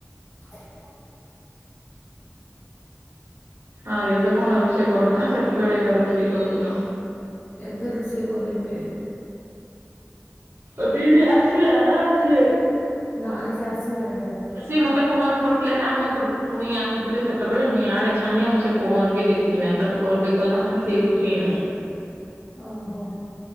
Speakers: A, on the left (about 85°); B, on the right (about 60°).
A: <inaudible>
B: ଆରେ ଏବେ କଣ ରୋଷେଇ କରବୁନା ସେତେବେଳେ ଏକା ରୋଷେଇ କରିଥିଲୁ।
A: ଏବେ ରୁଷେଇ କରିବି।
B: ଅବି ବି ଆସିଲା ନାଁ ଆସିନି।
A: ନାଇଁ ସେ ଆସିନାଇଁ ଦାଦା।
B: ସିଏ ମତେ ଫୋନ କରିଥିଲା ଯେ ଆମ ଘରକୁ କୁଣିଆ ଆସିଥିଲେ ସେତେବେଳେ ମୁଁ ୟାଡେ ଛାନିଆ ମୁଁ ସେ ଫୋନ ବି ଦେଖି କି ନାଇଁ ତାକୁ କଲ ବେକ୍ କଲା ଖୁଣୁ ସେ ଉଠେଇ ନାଇଁ।
A: ଓ ହୋ।